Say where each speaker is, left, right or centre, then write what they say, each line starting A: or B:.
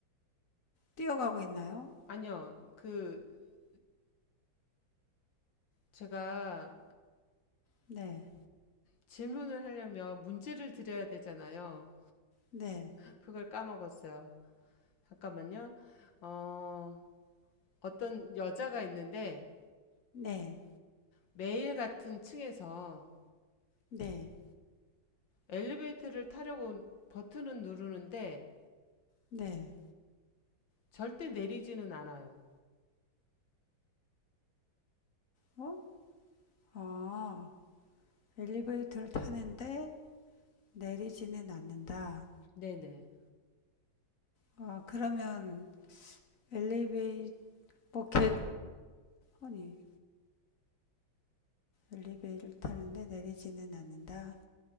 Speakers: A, on the left; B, on the left.
A: 뛰어가고 있나요?
B: 아니요, 그, 제가
A: 네.
B: 질문을 하려면 문제를 드려야 되잖아요.
A: 네.
B: 그걸 까먹었어요. 잠깐만요. 어, 어떤 여자가 있는데
A: 네.
B: 매일 같은 층에서
A: 네.
B: 엘리베이터를 타려고 버튼은 누르는데
A: 네.
B: 절대 내리지는 않아요.
A: 어? 아, 엘리베이터를 타는데 내리지는 않는다.
B: 네네.
A: 아, 그러면 엘리베이, 뭐, 개, 아니, 엘리베이터를 타는데 내리지는 않는다.